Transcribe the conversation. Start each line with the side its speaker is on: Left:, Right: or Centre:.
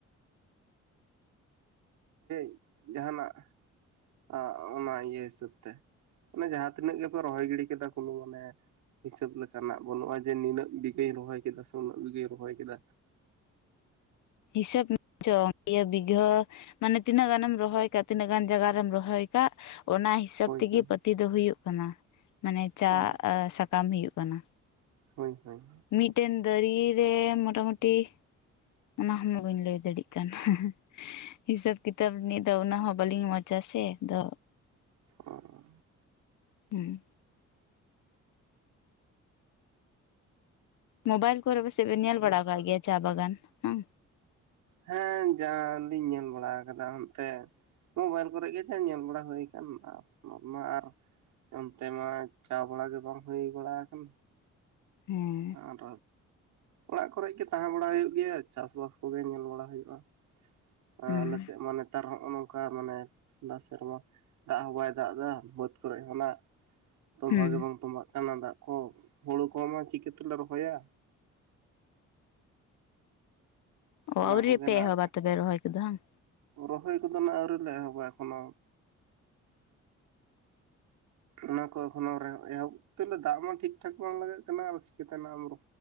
Right: <inaudible> ᱡᱟᱦᱟᱱᱟᱜ ᱟᱸ ᱚᱱᱟ ᱤᱭᱟᱹ ᱦᱤᱥᱟᱹᱵᱽ ᱛᱮ᱾ ᱢᱟᱱᱮ ᱡᱟᱦᱟᱸ ᱛᱤᱱᱟᱹᱜ ᱜᱮᱯᱮ ᱨᱚᱦᱚᱭ ᱜᱤᱲᱤ ᱠᱮᱫᱟ ᱠᱳᱱᱳ ᱢᱟᱱᱮ ᱦᱤᱥᱟᱹᱵᱽ ᱞᱮᱠᱟᱱᱟᱜ ᱵᱟᱹᱱᱩᱜᱼᱟ ᱡᱮ ᱱᱤᱱᱟᱹᱜ ᱵᱤᱜᱷᱟᱹᱧ ᱨᱚᱦᱚᱭ ᱠᱮᱫᱟ ᱥᱮ ᱩᱱᱟᱹᱜ ᱵᱤᱜᱷᱟᱹᱧ ᱨᱚᱦᱚᱭ ᱠᱮᱫᱟ᱾
Left: ᱦᱤᱥᱟᱹᱵᱽ <inaudible> ᱤᱭᱟᱹ ᱵᱤᱜᱷᱟᱹ ᱢᱟᱱᱮ ᱛᱤᱱᱟᱹᱜ ᱜᱟᱱᱮᱢ ᱨᱚᱦᱚᱭ ᱠᱟᱜ ᱛᱤᱱᱟᱹᱜ ᱜᱟᱱ ᱡᱟᱭᱜᱟ ᱨᱮᱢ ᱨᱚᱦᱚᱭ ᱟᱠᱟᱜ ᱚᱱᱟ ᱦᱤ ᱦᱤᱥᱟᱹᱵᱽ
Right: ᱦᱳᱭ
Left: ᱛᱮᱜᱮ
Right: ᱦᱳᱭ
Left: ᱯᱟᱹᱛᱤ ᱫᱚ ᱦᱩᱭᱩᱜ ᱠᱟᱱᱟ, ᱢᱟᱱᱮ ᱪᱟ
Right: ᱚ
Left: ᱥᱟᱠᱟᱢ ᱦᱩᱭᱩᱜ ᱠᱟᱱᱟ᱾
Right: ᱦᱳᱭ ᱦᱳᱭ ᱦᱳᱭ᱾
Left: ᱢᱤᱫᱴᱮᱱ ᱫᱟᱨᱤ ᱨᱮ ᱢᱚᱴᱟᱢᱩᱴᱤ ᱚᱱᱟ ᱦᱚᱸᱢᱟ ᱵᱟᱹᱧ ᱞᱟᱹᱭ ᱫᱟᱲᱮᱜ ᱠᱟᱱᱟ᱾ ᱦᱤᱥᱟᱹᱵ ᱠᱤᱛᱟᱹᱵ ᱱᱤᱭᱟᱹ ᱫᱚ ᱚᱱᱟ ᱦᱚᱸ ᱵᱟᱹᱞᱤᱧ ᱢᱚᱡᱽ-ᱟ ᱥᱮ ᱟᱫᱚ
Right: ᱚ ᱚ᱾
Left: ᱦᱩᱸ᱾ ᱢᱳᱵᱟᱭᱤᱞ ᱠᱚᱨᱮᱜ ᱯᱟᱥᱮᱜ ᱵᱮᱱ ᱧᱮᱞ ᱵᱟᱲᱟᱣ ᱠᱟᱜ ᱜᱮᱭᱟ ᱪᱟ ᱵᱟᱜᱟᱱ, ᱦᱮᱸ᱾
Right: ᱦᱮᱸ ᱡᱟ ᱞᱤᱧ ᱧᱮᱞ ᱵᱟᱲᱟ ᱟᱠᱟᱫᱟ ᱚᱱᱛᱮ ᱢᱳᱵᱟᱭᱤᱞ ᱠᱚᱨᱮᱜ ᱜᱮ ᱡᱟ ᱧᱮᱞ ᱵᱟᱲᱟ ᱦᱩᱭ ᱠᱟᱱ, ᱢᱟ ᱟᱨ ᱚᱱᱛᱮ ᱢᱟ ᱪᱟ ᱵᱟᱲᱟ ᱜᱮ ᱵᱟᱝ ᱦᱩᱭ ᱵᱟᱲᱟ ᱟᱠᱟᱱ᱾
Left: ᱦᱮᱸ
Right: ᱟᱨ ᱚᱲᱟᱜ ᱠᱚᱨᱮ ᱜᱮ ᱛᱟᱦᱮᱸ ᱵᱟᱲᱟ ᱦᱩᱭᱩᱜ ᱜᱮᱭᱟ ᱪᱟᱥᱵᱟᱥ ᱠᱚᱜᱮ ᱧᱮᱞ ᱵᱟᱲᱟ ᱦᱩᱭᱩᱜᱼᱟ᱾ ᱟ
Left: ᱦᱩᱸ
Right: ᱟᱞᱮ ᱥᱮᱫ ᱢᱟ ᱱᱮᱛᱟᱨ ᱦᱚᱸᱜᱼᱚ ᱱᱚᱝᱠᱟ ᱢᱟᱱᱮ ᱫᱟᱜ ᱥᱮᱨᱢᱟ᱾ ᱫᱟᱜ ᱦᱚᱸ ᱵᱟᱭ ᱫᱟᱜ ᱮᱫᱟ ᱵᱟᱹᱫ ᱠᱚᱨᱮ ᱦᱚᱸ ᱱᱟᱜ᱾ ᱛᱚᱸᱵᱟ
Left: ᱦᱩᱸ
Right: ᱜᱮ ᱵᱟᱝ ᱛᱚᱵᱟᱜ ᱠᱟᱱᱟ ᱫᱟᱜ ᱠᱚ, ᱦᱩᱲᱩ ᱠᱚᱢᱟ ᱪᱤᱠᱟᱹᱛᱮᱞᱮ ᱨᱚᱦᱚᱭᱟ?
Left: ᱚ
Right: ᱚᱱᱟ
Left: ᱟᱹᱣᱨᱤ
Right: ᱠᱚᱜᱮ
Left: ᱯᱮ
Right: ᱱᱟᱜ
Left: ᱮᱦᱚᱵᱟ ᱛᱚᱵᱮ ᱨᱚᱦᱚᱭ ᱠᱚᱫᱚ ᱦᱟᱝ?
Right: ᱨᱚᱦᱚᱭ ᱠᱚᱫᱚ ᱱᱟᱜ ᱟᱹᱣᱨᱤ ᱞᱮ ᱮᱦᱚᱵᱟ ᱮᱠᱷᱚᱱᱳ ᱚᱱᱟ ᱠᱚ ᱮᱠᱷᱚᱱᱳ ᱮᱦᱚᱵ ᱛᱮᱞᱮ ᱫᱟᱜ ᱢᱟ ᱴᱷᱤᱠ ᱴᱷᱟᱠ ᱵᱟᱝ ᱞᱟᱜᱟᱜ ᱠᱟᱱᱟ ᱟᱨ ᱪᱤᱠᱟᱹᱛᱮᱱᱟᱜ ᱮᱢ